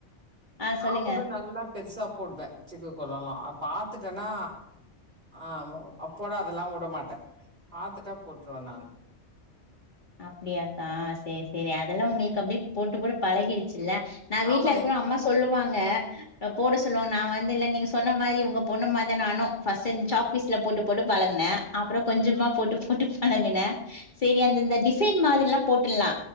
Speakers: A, on the left; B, on the right.
A: ஆ
B: நாங்கூட
A: சொல்லுங்க
B: நல்லா பெருசா போடுவே சிக்கு கொல்லோலா பாத்துட்டன்னா ஆஹ் அப்போடா அதெல்லாம் விடமாட்டே பாத்துட்டா போட்ருவ நானு
A: அப்டியாக்கா சேர் சேரி அதெல்லாம் உங்களுக்கு அப்டியே போட்டு போட்டு பழகிருக் சில்ல நா வீட்ல
B: ஆமா
A: இருக்கம அம்மா சொல்லுவாங்க போட சொல்லுவா நான் வந்து இல்ல நீங்க சொன்ன மாதி உங்க பொண்ணுமாதா நானு பர்ஸ்டன் சாக்பீஸ்ல போட்டு போட்டு பழகுன அப்றொ கொஞ்சமா போட்டு போட்டு பழகுன சேரி அந்தந்த டிசைன் மாதிரிலா போட்டுல்லா